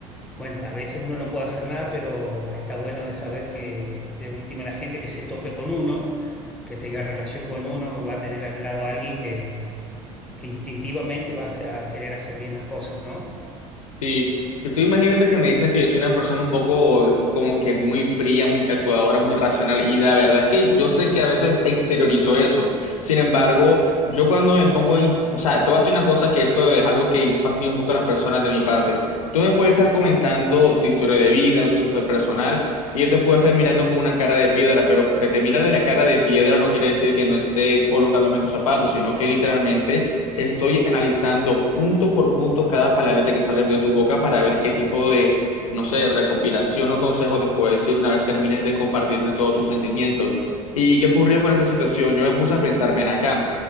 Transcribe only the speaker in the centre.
Bueno, a veces uno no puede hacer nada, pero está bueno de saber que de última la gente que se tope con uno, que tenga relación con uno, va a tener al lado a alguien que, que instintivamente va a, hacer- a querer hacer bien las cosas, ¿no?